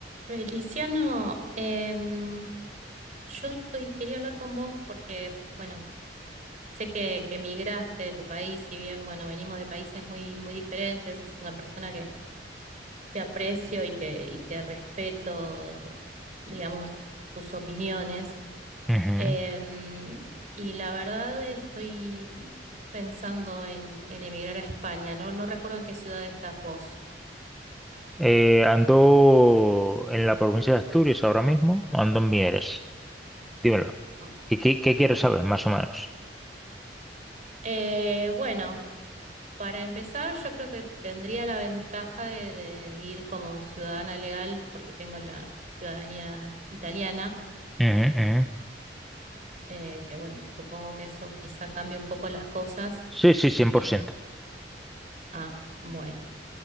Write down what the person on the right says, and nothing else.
Feliciano, em, yo estoy, quería hablar con vos porque, bueno, sé que, que emigraste de tu país, si bien, bueno, venimos de países muy, muy diferentes, sos una persona que, que aprecio y que, y que respeto, digamos, tus opiniones.
Em, y la verdad estoy pensando en, en emigrar a España, ¿no? No recuerdo en qué ciudad estás vos.
Mm,
mm.
Eh, bueno. Para empezar, yo creo que tendría la ventaja de, de ir como ciudadana legal, porque tengo la ciudadanía italiana,
eh, que bueno, supongo que eso quizá cambie un poco las cosas.
Eh, ah, bueno.